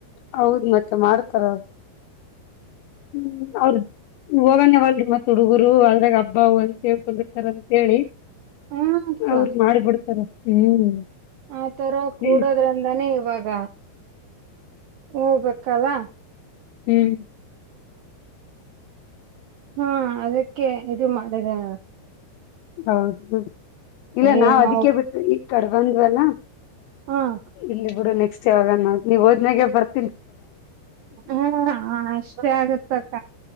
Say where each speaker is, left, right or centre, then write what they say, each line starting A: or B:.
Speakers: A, on the left; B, on the right.
A: ಹೌದ್ ಮತ್ತ ಮಾಡ್ತಾರ. ಹ್ಮ್ ಅವೌದ. ಹೋಗಾನೇವಲ್ರಿ ಮತ್ತ ಹುಡುಗರು ಅದ್ರಾಗ ಹಬ್ಬ ಒಂದ ಸೇಳ್ಕೊಂಡಿರ್ತಾರ ಅಂತ ಹೇಳಿ.
B: ಹ್ಮಕ್ಕ
A: ಅವರು ಮಾಡಿ ಬಿಡ್ತಾರ ಹ್ಮ್
B: ಆ ತರ ಕೂಡೋದ್ರಿಂದಾನೇ
A: ಹ್ಮ್
B: ಇವಾಗ ಹೋಗ್ಬೇಕಲ್ಲ
A: ಹ್ಮ್
B: ಹ್ಮ್ ಅದಕ್ಕೆ ಇದು ಮಾಡಿದೆವ.
A: ಹೌದು ಇಲ್ಲ
B: ಏನು
A: ನಾವ್ ಅದಿಕ್ಕೆ ಬಿಟ್ವಿ ಕಡ್ ಬಂದ್ವಲ್ಲ
B: ಹ್ಮ್
A: ಇರ್ಲಿ ಬಿಡು ನೆಕ್ಸ್ಟ್ ಯಾವಾಗನ ನೀವ್ ಓದ್ನಾಗೆ ಬರ್
B: ಹ್ಮ ಆ ಅಷ್ಟೇ ಆಗತ್ತಕ್ಕ.